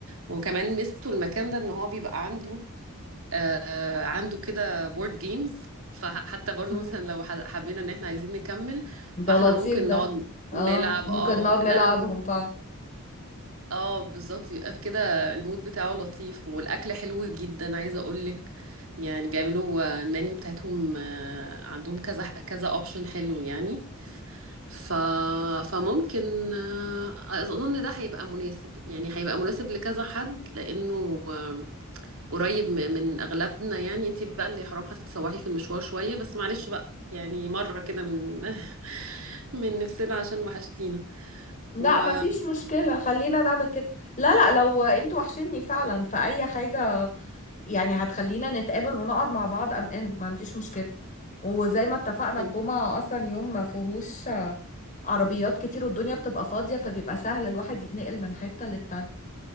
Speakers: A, on the right (about 65°); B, on the left (about 35°).
A: وكمان ميزته المكان ده ان هو بيبقى عنده آه عنده كده بورد جيمز فحتى برضو
B: مم.
A: مثلا لو ح- حبينا ان احنا عايزين نكمل
B: ده
A: فاحنا
B: لطيف
A: ممكن
B: ده
A: نقعد
B: اه
A: نلعب
B: ممكن
A: اه
B: نقعد نلعبهم
A: لا هو
B: فعلا
A: اه بالظبط يبقى كده المود بتاعه لطيف والاكل حلو جدا عايزه اقولك يعني بيعملوا آه، المنيو بتاعتهم آه، عندهم كذا كذا اوبشن حلو يعني ف فممكن آه، اظن ده هيبقى مناسب يعني هيبقى مناسب لكذا حد لانه آه، قريب م- من اغلبنا يعني انتي بقى اللي حرام هتتسوحي في المشوار شويه بس معلش بقى يعني مره كده من <laughs> من نفسنا عشان وحشتينا
B: لا
A: و
B: مفيش مشكلة خلينا نعمل كده لا لا لو انتوا وحشني فعلا في اي حاجة يعني هتخلينا نتقابل ونقعد مع بعض ام ان ما عنديش مشكلة وزي ما اتفقنا
A: حلو.
B: الجمعة اصلا يوم ما فيهوش آه، عربيات كتير والدنيا بتبقى فاضية فبيبقى سهل الواحد يتنقل من حتة للتانية